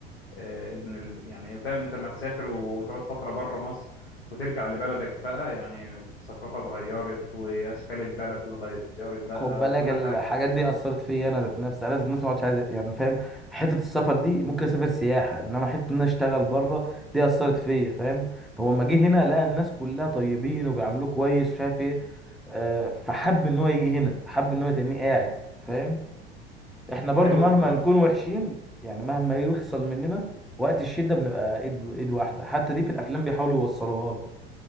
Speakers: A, on the left (about 80°); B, in the centre.
A: آه، ابن ال... يعني فاهم انت لما تسافر وتقعد فترة بره مصر وترجع لبلدك بقى يعني الثقافة اتغيرت واشكال البلد اتغيرت بقى
B: خد بالك
A: وكل
B: الحاجات
A: حاجة
B: دي اثرت فيا انا ذات نفسي انا ذات نفسي ما عادش عايز يعني فاهم حته السفر دي ممكن اسافر سياحه انما حته ان انا اشتغل بره دي اثرت فيا فاهم هو لما جه هنا لقى الناس كلها طيبين وبيعاملوه كويس ومش عارف ايه آه، فحب ان هو يجي هنا حب ان هو يتنيه قاعد فاهم احنا برضو
A: ايوه
B: مهما
A: بالظبط
B: نكون وحشين يعني مهما يحصل مننا وقت الشدة بنبقى ايد ايد واحدة حتى دي في الافلام بيحاولوا يوصلوها لك